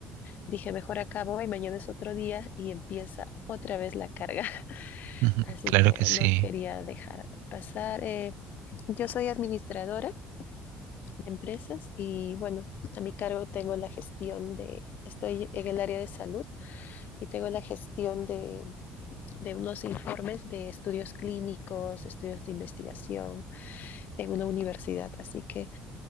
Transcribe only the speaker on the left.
dije, mejor acabo y mañana es otro día y empieza otra vez la carga. <laughs>
Así
que
no quería dejar pasar. eh, yo soy administradora de empresas y bueno, a mi cargo tengo la gestión de, estoy en el área de salud y tengo la gestión de, de unos informes de estudios clínicos, estudios de investigación en una universidad. Así que